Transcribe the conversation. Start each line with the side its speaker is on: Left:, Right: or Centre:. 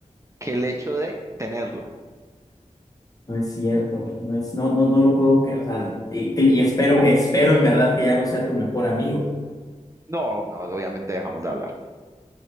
Right: que el hecho de tenerla.
Left: no es cierto. No es, no, no, no lo puedo creer. O sea, y, y espero, espero en verdad que ya no sea tu mejor amigo.
Right: No, no, obviamente dejamos de hablar.